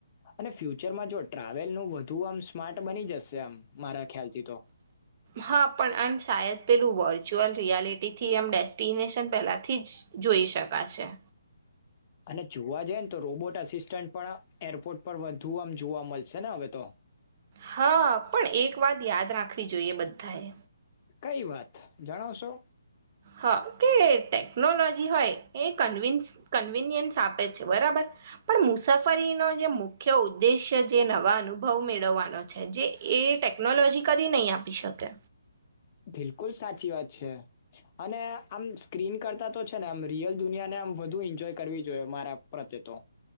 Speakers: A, on the left; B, on the right.
A: અને ફ્યુચરમાં જો ટ્રાવેલનું વધુ આમ સ્માર્ટ બની જશે આમ મારા ખ્યાલથી તો.
B: હા પણ અન શાયદ પેલું <unintelligible> વર્ચ્યુઅલ રિયાલિટીથી એમ ડેસ્ટિનેશન પહેલાથી જ જોઈ શકાશે.
A: અને જોવા જઈ ને તો રોબોટ અસિસ્ટન્ટ પણ એરપોર્ટ પર વધુ આમ જોવા મળશે ને હવે તો.
B: હા પણ એક વાત યાદ રાખવી જોઈએ બધાએ.
A: કઈ વાત જણાવશો.
B: હા કે ટેકનોલોજી હોય એ કન્વિન્સ કન્વિન્સ્યન્સ આપે છે બરાબર પણ મુસાફરીનો જે મુખ્ય ઉદ્દેશ્ય જે નવા અનુભવ મેળવવાનો છે જે એ ટેકનોલોજી કદી નહી આપી શકે.
A: બિલકુલ સાચી વાત છે અને આમ સ્ક્રીન કરતા તો છે ને આમ રિયલ દુનિયાને આમ વધુ એન્જોય કરવી જોઈએ મારા પ્રત્યે તો.